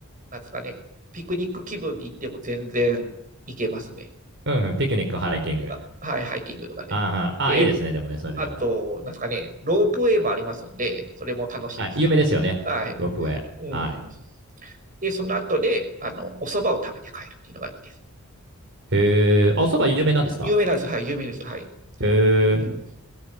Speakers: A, on the right; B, on the right.
A: なんですかね、ピクニック気分で行っても全然行けますね。
B: うんうん、ピクニック、ハイキング。
A: あ、はい、ハイキングとかで。
B: あーあー、
A: で、
B: いいですね、でもね、それでは。
A: あと、なんですかね、ロープウェイもありますんで、それも楽しいですよ。
B: はい、有名ですよね、
A: はい。
B: ロープウェイ。
A: うん。
B: はい。
A: で、その後で、あの、お蕎麦を食べて帰るっていうのがいいです。
B: へえ、あ、おそば有名なんですか
A: お有名なんですよ。はい、有名ですよ。はい。
B: へ
A: うん。
B: え、